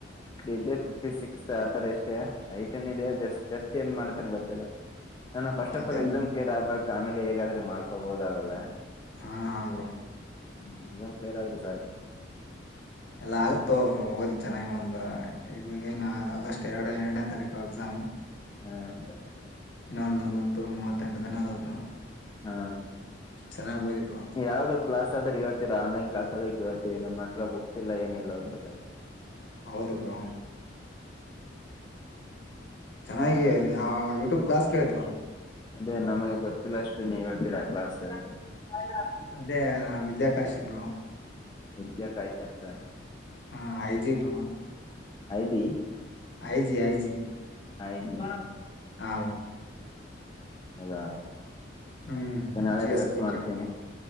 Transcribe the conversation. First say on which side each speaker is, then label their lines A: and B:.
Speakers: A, on the left; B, on the left.
A: ಇದೇ ಫಿಫ್ಟಿ ಸಿಕ್ಸ್ ಆತರ ಅಷ್ಟೇ. ಹೈಟ್ ಏನ್ ಇದೆ ಜಸ್ಟ್ ಚೆಸ್ಟ್. ತ್ತೇನ್ ಮಾಡ್ತಾನೆ ಗೊತ್ತಿಲ್ಲ. ನನ್ನ ಫಸ್ಟ್ ಆಫ್
B: ಅದೇ
A: ಆಲ್ ಎಕ್ಸಾಮ್ ಕ್ಲಿಯರ್ ಆಗಬೇಕ್. ಫ್ಯಾಮಿಲಿ ಹೇಗಾದ್ರೆ ಮಾಡ್ಕೊಬೋದು ಅವೆಲ್ಲ.
B: ಹಾ ಹಾ ಬ್ರೋ.
A: ಹ್ಮ್ ಎಕ್ಸಾಮ್ ಕ್ಲಿಯರ್ ಆದ್ರ ಸಾಕ.
B: ಎಲ್ಲ ಆಗುತ್ತೊ ಬ್ರೋ ಓದಿ ಚೆನ್ನಾಗಿ ಒಂದ ಈವಾಗ ಏನ ಆಗಸ್ಟ್ ಎರಡ ಎರಡನೇ ತಾರೀಕು ಎಕ್ಸಾಮು.
A: <unintelligible>
B: ಇನ್ನೊಂದ್ ನಲವತ್ತು ಮೂವತ್ತೆಂಟು ದಿನ ಅದವ ಬ್ರೋ.
A: ಹಾ
B: ಚೆನ್ನಾಗಿ ಓದಿ ಬ್ರೋ
A: ಯಾವ್ದು ಕ್ಲಾಸ್ ಆದ್ರೆ ಹೇಳ್ತೀರಾ ಆನ್ಲೈನ್ ಕ್ಲಾಸ್. ಅದಕ್ಕೆ ಹತವಿ ನಮ್ಮತ್ರ ಬುಕ್ಸ್ ಇಲ್ಲ ಏನಿಲ್ಲ ಅವಾಗ.
B: ಹೌದು ಬ್ರೋ. ಚೆನ್ನಾಗಿ ಯೂಟ್ಯೂಬ್ ಕ್ಲಾಸ್ ಕೇಳಿ ಬ್ರೋ.
A: ಅದೇ ನಮಗೆ ಗೊತ್ತಿಲ್ಲ ಅಷ್ಟೇ ನೀವ ಹೇಳ್ತೀರಾ ಕ್ಲಾಸ್ <unintelligible>
B: ಅದೇ ವಿದ್ಯಾಕಾಶಿ ಬ್ರೋ.
A: ವಿದ್ಯಾ ಕಾಶಿ ಅಂತನ.
B: ಹಾ IG bro.
A: I B.
B: IG IG.
A: <unintelligible>
B: <unintelligible>
A: ಹೌದಾ.
B: ಹ್ಮ್
A: ಮತ್ತೆ ನಾಳೆ
B: ಜಿ ಎಸ್
A: ಸರ್ಚ್
B: ಕೋಚಿಂಗ್
A: ಮಾಡ್ತೇನಿ.